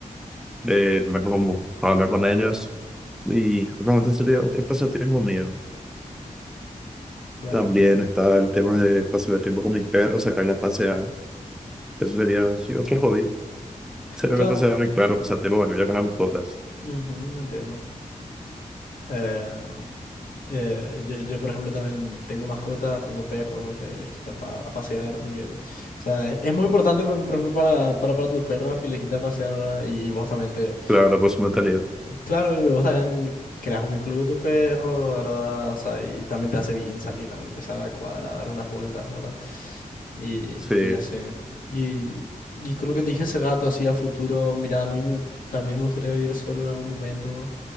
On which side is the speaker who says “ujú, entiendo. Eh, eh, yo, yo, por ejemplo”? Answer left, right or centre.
Left